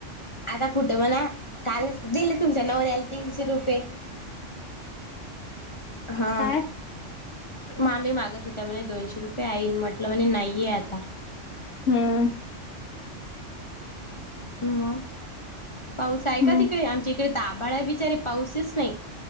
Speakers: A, on the left; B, on the left.
A: आता कुठं म्हणा कालच दिले तुम. तुया नवऱ्यला तीनशे रुपये हां,
B: काय
A: मा ममी मागत होत्या म्हणे दोनशे रुपये,, आईन म्हटलं म्हणे नाहीये आता.
B: हम्म,
A: हममम, मग. पाऊस आहे
B: मग
A: का तिकडे? आमच्या इकडे त आभाळ आहे बिचारे पाऊसच नाही.